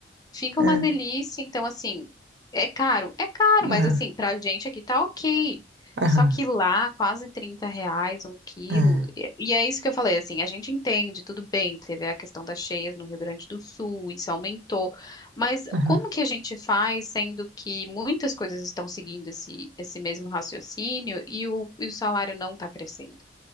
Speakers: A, on the left; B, on the right.
A: Fica
B: É,
A: uma delícia. Então, assim, é caro. É caro, mas
B: aham,
A: assim, pra gente aqui tá ok.
B: aham,
A: Só que lá, quase 30 reais um quilo.
B: é,
A: E e é isso que eu falei, assim, a gente entende, tudo bem. Teve a questão das cheias no Rio Grande do Sul, isso aumentou. Mas
B: aham.
A: como que a gente faz, sendo que muitas coisas estão seguindo esse, esse mesmo raciocínio e o, e o salário não está crescendo,